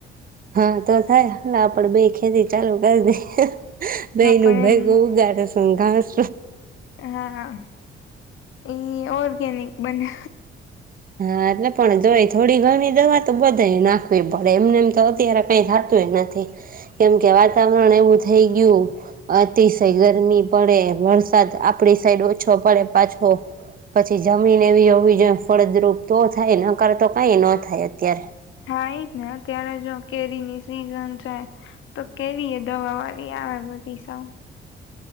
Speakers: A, on the right (about 45°); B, on the left (about 80°).
A: હા તો થાય હ આપણે બે ખેતી ચાલુ કરી દે દહી
B: હા પણ
A: નું ભેગું ઉગાડે છે ને ઘાસ
B: એમ હા હા એ ઓર્ગેનિક બને
A: હા એટલે પણ તોય થોડી ઘણી દવા તો બધા નાખવી પડે એમને એમ તો અત્યારે કઈ થાતુંય નથી કેમકે વાતાવરણ એવું થઈ ગયું અતિશય ગરમી પડે વરસાદ આપડી સાઈડ ઓછો પડે પાછો પછી જમીન એવી હોવી જો ફળદરૂપ તો થાય નકર તો કઈ ન થાય અત્યારે
B: આઈજને ત્યારે જો કેરી ની સિઝન છેય તો કેરી એ દવા વાળી આવે બધી સવ